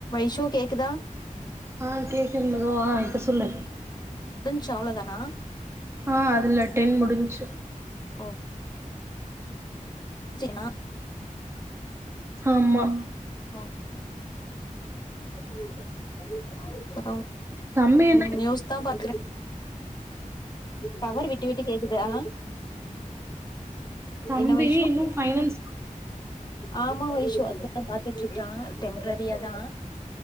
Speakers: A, on the left; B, on the right.
A: Issue கேக்குதா
B: ஆ கேக்குது மனோ ஆ இப்ப சொல்லு
A: ச் அவ்ளோ தானா
B: அ அதுல டென் முடிஞ்ச்சு
A: ஓகே செரினா
B: ஆமா
A: ஓக்கே <inaudible>
B: தம்பி என்ன
A: ம் நியூஸ் தா பாக்குற டவர் விட்டு விட்டு கேக்குது அ
B: தம்பி
A: என்ன வைஷூ
B: இன்னு ஃபைனல்ஸ்
A: ஆமா வைஷு அதா பாத்துட்ருக்கா டெம்ப்ரர் ரியாதா